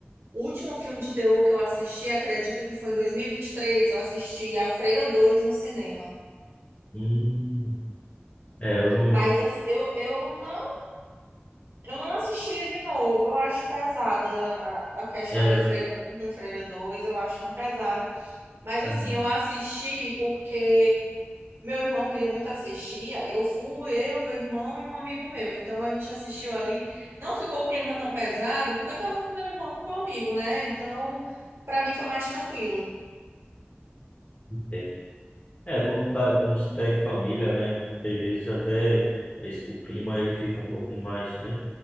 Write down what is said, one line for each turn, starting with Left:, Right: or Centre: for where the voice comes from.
Right: o último filme de terror que eu assisti, acredita que foi em dois mil e e vinte e três eu assisti A Freira dois no cinema.
Left: Hum, é, eu não...
Right: Mas as- eu, eu não, eu não assistiria de novo. Eu acho pesado a, a a questão
Left: É,
Right: ali
Left: eu-
Right: Freira um Freira dois eu acho tão pesado. Mas
Left: hum,
Right: assim, eu assisti porque meu irmão queria muito assistir, aí eu fui, eu, meu irmão e um amigo meu. Então a gente assistiu ali. Não ficou o clima tão pesado, porque eu tava com meu irmão, com meu amigo, né? Então, para mim foi mais tranquilo.
Left: não É, como tá, como se tá em família, né? Muitas vezes até esse- o clima ele fica um pouco mais, né?